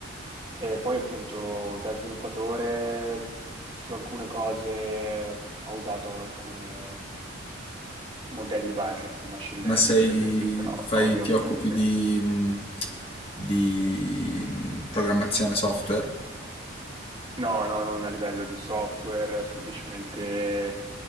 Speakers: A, on the right; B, on the left.
A: E poi appunto da sviluppatore su alcune cose ho usato alcune modelli base di machine
B: <laughs> Ma
A: learning,
B: sei,
A: per esempio, però
B: fai,
A: cose ovviamente
B: ti occupi di, mm, di mm, programmazione software?
A: no, no, non a livello di software, semplicemente